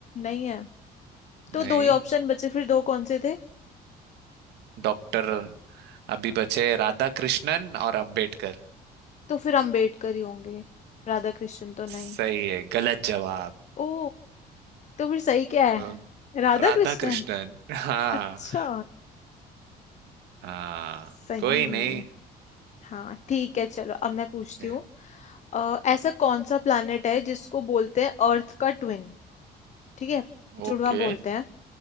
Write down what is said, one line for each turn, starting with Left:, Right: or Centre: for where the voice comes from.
Left: नहीं है तो
Right: नहीं
Left: दो ही ऑप्शन बचे फिर दो कौन से थे
Right: डॉक्टर अभी बचे राधा कृष्णन और अंबेडकर
Left: तो फिर अंबेडकर ही होंगे राधा कृष्ण तो
Right: सही
Left: नहीं
Right: है गलत जवाब
Left: ओ तो फिर सही क्या है
Right: हाँ।
Left: राधा
Right: राधा
Left: कृष्णन
Right: कृष्णन हाँ
Left: अच्छा
Right: हाँ
Left: सही
Right: कोई नहीं
Left: हाँ ठीक है चलो अब मैं पूछती
Right: है।
Left: हूँ अ, ऐसा कौन सा प्लैनेट है जिसको बोलते हैं अर्थ का ट्विन ठीक है जुड़वा
Right: ओके
Left: बोलते
Right: आ,
Left: हैं